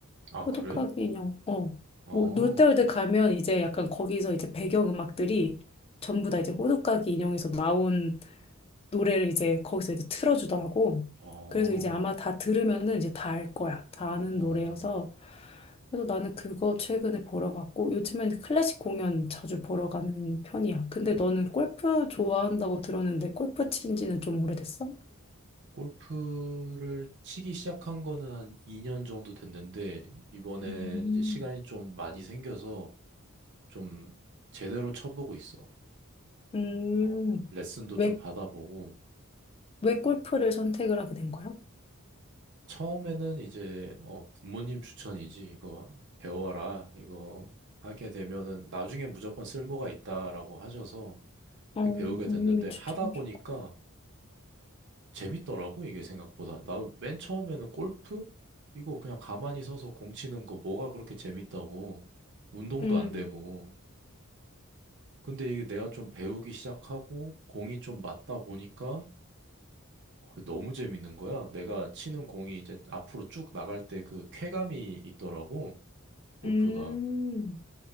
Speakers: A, on the right; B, on the left.
A: 아,
B: 호두까기
A: 그래?
B: 인형, 어.
A: 어,
B: 오, 롯데월드 가면 이제 약간 거기서 이제 배경음악들이 전부 다 이제 호두까기 인형에서 나온 노래를 이제 거기서 이제 틀어주더라고.
A: 어,
B: 그래서 이제 아마 다 들으면은 이제 다 알 거야. 다 아는
A: 어.
B: 노래여서. 그래서 나는 그거 최근에 보러 갔고, 요즘에는 클래식 공연 자주 보러 가는 편이야. 근데 너는 골프 좋아한다고 들었는데, 골프 친 지는 좀 오래됐어?
A: 골프를 치기 시작한 거는 한 2년 정도 됐는데, 이번에
B: 음.
A: 이제 시간이 좀 많이 생겨서 좀 제대로 쳐보고 있어.
B: 음,
A: 어, 레슨도
B: 왜,
A: 좀 받아보고,
B: 왜 골프를 선택을 하게 된 거야?
A: 처음에는 이제, 어, 부모님 추천이지. 이거 배워라. 이거 하게 되면은 나중에 무조건 쓸모가 있다라고 하셔서
B: 어,
A: 이렇게 배우게
B: 부모님이
A: 됐는데,
B: 추천하셨고.
A: 하다 보니까 재밌더라고, 이게 생각보다. 나 맨 처음에는 골프? 이거 그냥 가만히 서서 공 치는 거 뭐가 그렇게 재밌다고. 운동도
B: 음,
A: 안 되고. 근데 이게 내가 좀 배우기 시작하고 공이 좀 맞다 보니까 어, 너무 재밌는 거야. 내가 치는 공이 이제 앞으로 쭉 나갈 때 그 쾌감이 있더라고, 골프가.
B: 음,